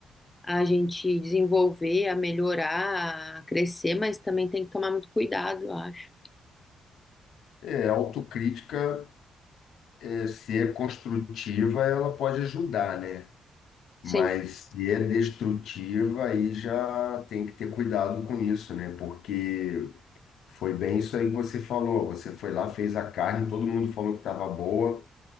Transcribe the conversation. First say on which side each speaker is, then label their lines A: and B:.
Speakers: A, on the left; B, on the left.
A: a gente desenvolver, a melhorar, a crescer, mas também tem que tomar muito cuidado, eu acho.
B: é, autocrítica, é, se é construtiva, ela pode ajudar, né? Mas
A: Sim.
B: se é destrutiva, aí já tem que ter cuidado com isso, né? Porque foi bem isso aí que você falou. Você foi lá, fez a carne, todo mundo falou que estava boa,